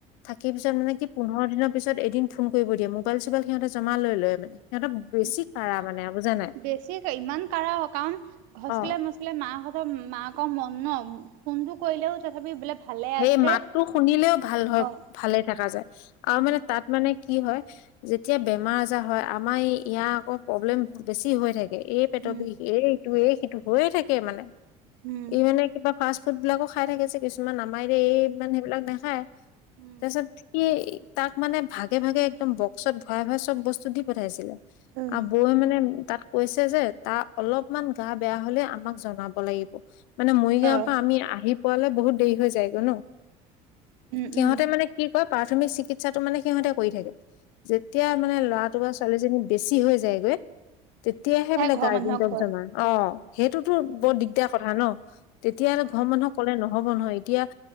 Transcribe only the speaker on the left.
থাকি পিছত মানে কি পোন্ধৰ দিনৰ পিছত এদিন ফোন কৰিব দিয়ে মোবাইল চোবাইল সিহঁতে জমা লৈ লয় মানে সিহঁতৰ বেছি
কাঢ়া মানে বুজা নাই
অ
সেই
মাতটো শুনিলেও ভাল হয়
ভালে থাকা যায়
আৰু মানে তাত মানে কি হয় যেতিয়া বেমাৰ আজাৰ হয় আমাৰ ইয়াৰ আকৌ প্ৰব্লেম বেছি হৈ থাকে এই পেটৰ
বিষ এই ইটো এই সিটো হৈয়ে থাকে মানে
ই মানে কিবা ফাৰ্ষ্ট ফুটবিলাকো খাই থাকে যে কিছুমান আমাৰ দে এই ইমান সেইবিলাক নাখায়
তাৰ পিছত সি এই তাক মানে ভাগে ভাগে একদম বক্সত ভৰা ভৰা চব বস্তু দি পঠাইছিলে
আগ বৌৱে মানে তাত কৈছে যে, তাৰ অলপমান গা বেয়া হ'লে আমাক জনাব লাগিব। মানে মৰিগাঁৱৰ
পৰা আমি আহি পোৱালে বহুত দেৰি হৈ যায়গে ন',
সিহঁতে
মানে কি কয়, প্ৰাথমিক চিকিৎসাটো মানে সিহঁতে কৰি থাকে। যেতিয়া মানে
ল'ৰাটো
বা ছোৱালীজনী বেছি হৈ যায়গৈ তেতিয়াহে বোলে
গাৰ্জেনটক
জনায়। অ', সেইটোতো
বৰ দিগদাৰ কথা ন', তেতিয়াহ'লে ঘৰৰ মানুহক ক'লে নহব নহয়, এতিয়া